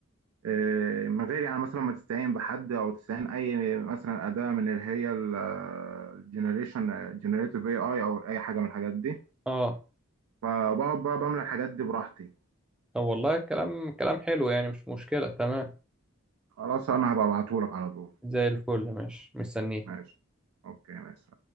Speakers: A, on the right; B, in the centre.
A: آه، من غير يعني مثلا ما تستعين بحد او تستعين اي مثلا اداه من اللي هي الجنريشن جنريتيف اي اي او اي حاجه من الحاجات دي
B: اه
A: فبقعد بقى بملى الحاجات دي براحتي
B: طب والله كلام كلام حلو يعني مش مشكلة تمام
A: خلاص انا هبقى ابعتهولك على طول
B: زي الفل ماشي مستنيك
A: ماشي اوكي ماشي